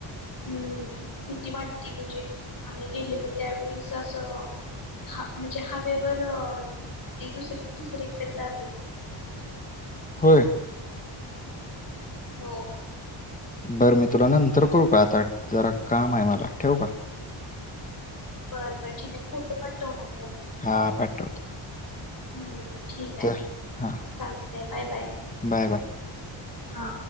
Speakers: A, on the left; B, on the left.
A: हम भीती वाटती म्हणजे आम्ही गेलेलो त्यावेेळेस असं हा म्हणजे हवेवर ती दुस दुसरीकडे जात.
B: होय!
A: हो!
B: बरं मी तुला नंतर करू का आता. जरा काम आहे मला ठेवू का.
A: बर बर ठीके आहे, फोटो पाठव मग.
B: हा पाठवतो.
A: हूं! ठीक आहे
B: तर हा
A: चालतय बाय, बाय
B: बाय बाय
A: हा.